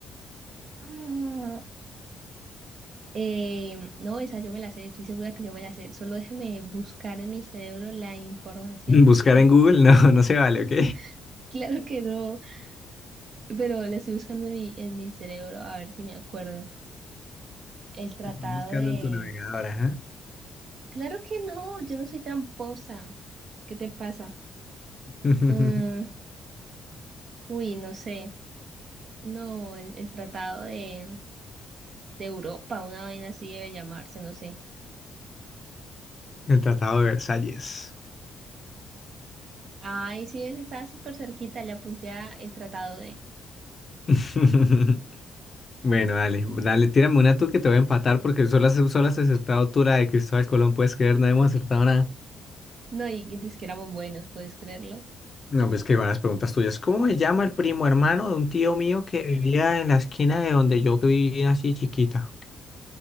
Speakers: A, on the right; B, on the left.
A: Ah, eh, no, esa yo me la sé, estoy segura que yo me la sé. Solo déjame buscar en mi cerebro la información
B: <laughs> Buscar
A: porque
B: en Google, no, no se vale,
A: <laughs>
B: ¿ok?
A: Claro que no, pero la estoy buscando en mi, en mi cerebro a ver si me acuerdo. El tratado
B: Lo Estoy buscando
A: de...
B: en tu navegador, ajá.
A: Claro que no, yo no soy tramposa. ¿Qué te pasa?
B: <laughs>
A: Ah, uy, no sé. No, el, el tratado de, de Europa, una vaina así debe llamarse, no sé.
B: El Tratado de Versalles.
A: Ay, sí, ves, estaba súper cerquita, le apunté a el tratado de...
B: <laughs> Bueno, dale, dale, tírame una tú que te voy a empatar porque solo has, solo has acertado tú la de Cristóbal Colón, puedes creer, no hemos acertado
A: No, y dice que éramos buenos, ¿puedes creerlo?
B: No, pues que van las preguntas tuyas. ¿Cómo me llama el primo hermano de un tío mío que vivía en la esquina de donde yo vivía así chiquita?